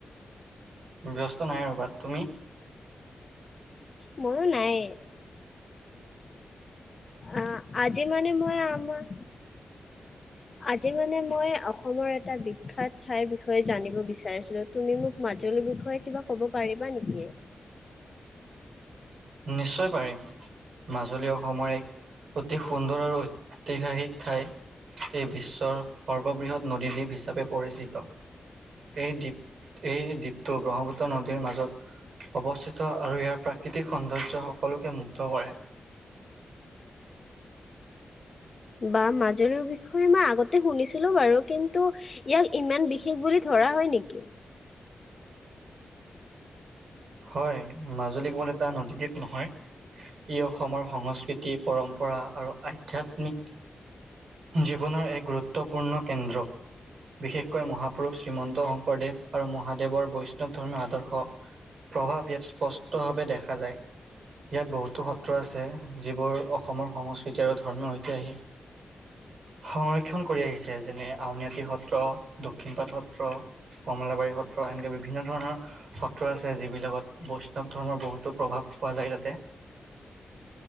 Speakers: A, on the right; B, on the left.
A: ব্যস্ত নাই ৰবাত তুমি
B: ময়ো নাই অ আজি মানে মই মই। আজি মানে মই অসমৰ এটা বিখ্যাত ঠাইৰ বিষয়ে জানিব বিচাৰিছিলো তুমি মোক মাজুলীৰ বিষয়ে কিবা কব পাৰিবা নেকি
A: নিশ্চয় পাৰিম মাজুলী অসমৰ এক অতি সুন্দৰ আৰু ঐতিহাসিক ঠাই এই বিশ্বৰ সৰ্ববৃহৎ নদীদ্বীপ হিচাপে পৰিচিত এই দ্বীপ এই দ্বীপটো ব্ৰহ্মপুত্ৰ নদীৰ মাজত অৱস্থিত আৰু ইয়াৰ প্ৰাকৃতিক সৌন্দৰ্য সকলোকে মুগ্ধ কৰে
B: বা মাজুলীৰ বিষয়ে মই আগতে শুনিছিলো বাৰু কিন্তু ইয়াক ইমান বিশেষ বুলি ধৰা হয় নেকি
A: হয় মাজুলী কৱলে এটা নদীদ্বীপ নহয় ই অসমৰ সংস্কৃতি পৰম্পৰা আৰু আধ্যাত্মিক জীৱনৰ এক গুৰুত্বপূৰ্ণ কেন্দ্ৰ বিশেষকৈ মহাপুৰুষ শ্ৰীমন্ত শংকৰদেৱ আৰু মহাদেৱৰ বৈষ্ণৱ ধৰ্মীয় আদৰ্শ প্ৰভাৱ ইয়াত স্পষ্ট ভাৱে দেখা যায় ইয়াত বহুতো সত্ৰ আছে যিবোৰ অসমৰ সংস্কৃতি আৰু ধৰ্মীয় ঐতিহাসিক সংৰক্ষণ কৰি আহিছে যেনে আউনীআটী সত্ৰ দক্ষিণপাট সত্ৰ কমলাবাৰী সত্ৰ এনেকা বিভিন্ন ধৰণৰ সত্ৰ আছে যিবিলাকত বৈষ্ণৱ ধৰ্মৰ বহুতো প্ৰভাৱ পোৱা যায় তাতে